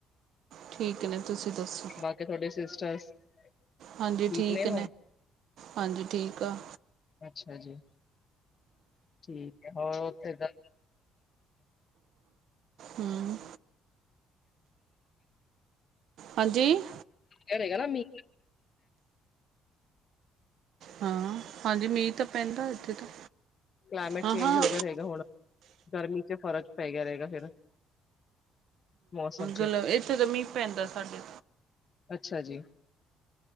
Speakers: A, on the right (about 70°); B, on the left (about 35°).
A: ਠੀਕ ਨੇ ਤੁਸੀਂ ਦਸੋ?
B: ਬਾਕੀ ਤੁਹਾਡੇ ਸਿਸਟਰਸ ਠੀਕ
A: ਹਾਂਜੀ ਠੀਕ
B: ਨੇ ਉਹ?
A: ਹਾਂਜੀ, ਠੀਕ ਆ।
B: ਅੱਛਾ ਜੀ, ਠੀਕ ਏ ਹੋਰ ਉੱਥੇ ਦਾ
A: ਹੁੰ। ਹਾਂਜੀ
B: ਇਹੜੇ ਕ ਮੀ। <unintelligible>
A: ਹਾਂ ਹਾਂਜੀ ਮੀਂਹ ਤਾ ਪੈਂਦਾ ਏਥੇ ਤਾਂ।
B: ਕਲਾਈਮੇਟ
A: ਹਾਂ
B: ਚੇਂਜ
A: ਹਾਂ
B: ਹੋ ਗਿਆ ਰਏਗਾ ਹੁਣ ਗਰਮੀ ਚ ਫ਼ਰਕ ਪੈ ਗਿਆ ਰਏਗਾ ਫਿਰ। ਮੌਸਮ ਚ
A: ਗਲਬ ਏਥੇ ਤਾਂ ਮੀਂਹ ਪੈਂਦਾ ਸਾਡੇ।
B: ਅੱਛਾ ਜੀ